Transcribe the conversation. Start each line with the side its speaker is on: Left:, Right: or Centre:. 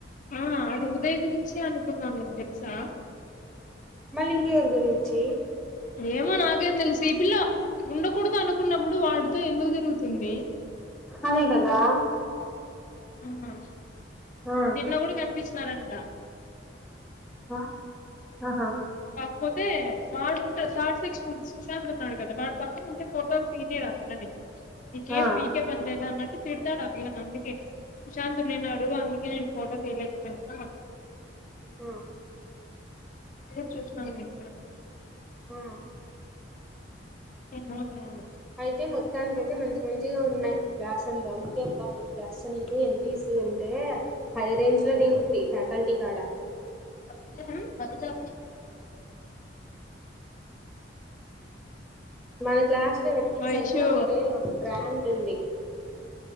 Left: ఆ అది
Centre: ఉమ్,
Left: హృదయ్ గురించి అను తిన్నా నేన్ తెలుసా
Centre: మళ్లి ఇంకెవర్ గురించి
Left: ఏమో నాకేం తెలుసు ఈ పిల్ల ఉండకూడదు అనుకున్నప్పుడు వాడితో ఎందుకు తిరుగుతుంది
Centre: అదే కదా
Left: ఉమ్
Centre: ఆ
Left: నిన్న కూడా కన్పిచ్ మరంటా
Centre: ఆ ఆహా
Left: కాకపోతే వాడుంటే షాట్స్ సెక్షన్ సుశాంత్ ఉన్నాడు కదా వాడ్ పక్ సేల్ ఉంటే ఫొటోల్ తీయనియర్ అట్లనే నీకేం
Centre: ఆ
Left: పీకే పన్లేదా అన్నట్టు తిడ్తాడ్ ఆ పిల్లను అందుకే సుశాంత్ నిన్నడు అందుకే నేను ఫోటో తీలేద్ తెల్సా
Centre: ఉ
Left: ఏ చూష్న నేన్ ఎక్కడ
Centre: ఆ.
Left: తిందోలేదో
Centre: అయితే మొత్తానికయితే మంచి మంచిగా ఉన్నాయి మీ క్లాస్సులో అందుకే బ మంద్ క్ల సొ మికు ఎల్ బి సి అంటే హై రేంజ్ లోనే ఉంది ఫ్యాకల్టీ కాడా
Left: పర్లే పర్లేదని
Centre: మన క్లాస్ సో ఎల్ఇస్
Left: వైషు
Centre: అంటే ఒక పేరు ఒక brand Delhi